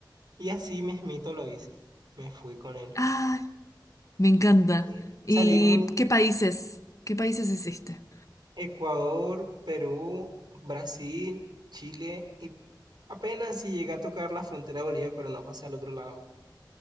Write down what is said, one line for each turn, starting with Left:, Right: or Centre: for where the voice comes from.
Right: Y así mismito lo hice. Me fui con él.
Left: Ay, me encanta.
Right: Y
Left: ¿Y
Right: salimos,
Left: qué países? ¿Qué países hiciste?
Right: Ecuador, Perú, Brasil, Chile y apenas si llegué a tocar la frontera de Bolivia, pero no pasé al otro lado.